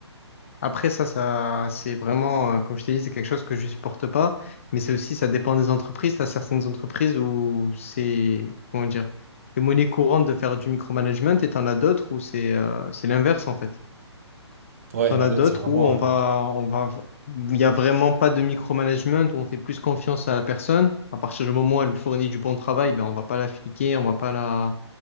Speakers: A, on the left; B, on the right.
A: Après, ça, ça, c'est vraiment, euh, comme je t'ai dit, c'est quelque chose que je supporte pas. Mais c'est aussi, ça dépend des entreprises. T'as certaines entreprises où c'est, comment dire, c'est monnaie courante de faire du micromanagement et t'en as d'autres où c'est, euh, c'est l'inverse, en fait.
B: Ouais,
A: T'en
B: il y en
A: as
B: a d'autres,
A: d'autres
B: c'est vraiment
A: où on
B: euh,
A: va, on va, où il y a vraiment pas de micromanagement, où on fait plus confiance à la personne. À partir du moment où elle fournit du bon travail, ben, on va pas la fliquer, on va pas la,